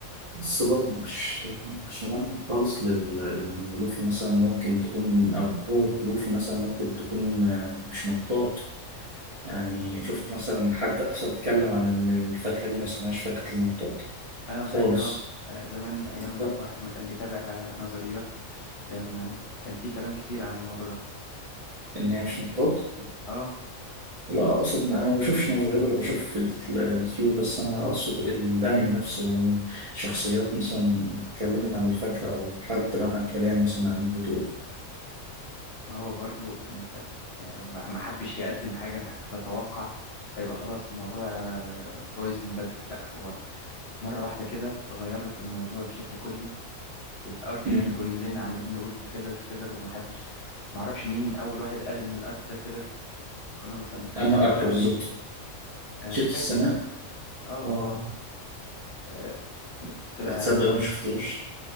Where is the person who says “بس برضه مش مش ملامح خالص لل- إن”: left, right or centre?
Right